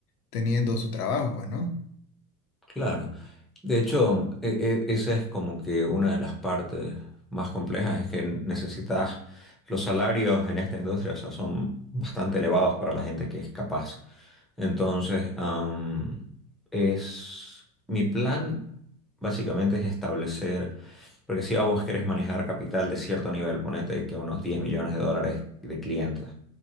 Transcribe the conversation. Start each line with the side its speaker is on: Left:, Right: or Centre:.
Left: teniendo su trabajo, pues, ¿no?
Centre: Claro. De hecho, e- e- esa es como que una de las partes más complejas, es que necesitas, los salarios en esta industria, o sea, son bastante elevados para la gente que es capaz. Entonces, am, es, mi plan básicamente es establecer, porque si a vos querés manejar capital de cierto nivel, ponete que unos 10 millones de dólares de clientes,